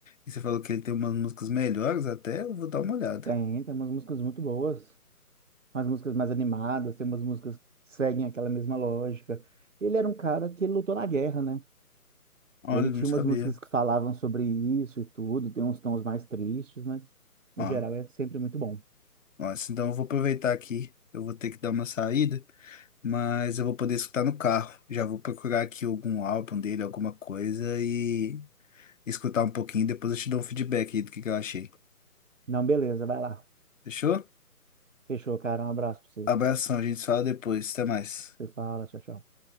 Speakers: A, on the left; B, on the right.
A: E você falou que ele tem umas músicas melhores até, eu vou dar uma olhada.
B: Tem, tem umas músicas muito boas, umas músicas mais animadas, tem umas músicas que seguem aquela mesma lógica. Ele era um cara que lutou na guerra, né?
A: Olha,
B: Ele
A: não
B: tinha
A: sabia.
B: umas músicas que falavam sobre isso e tudo, tem uns tons mais tristes, mas no
A: Ó,
B: geral é sempre muito bom.
A: ó, assim, então eu vou aproveitar aqui, eu vou ter que dar uma saída. mas eu vou poder escutar no carro. Já vou procurar aqui algum álbum dele, alguma coisa e escutar um pouquinho. Depois eu te dou um feedback aí do que que eu achei.
B: Não, beleza, vai lá.
A: Fechou?
B: Fechou, cara. Um abraço pra você.
A: Abração, a gente se fala depois. Até mais.
B: Você fala, tchau, tchau.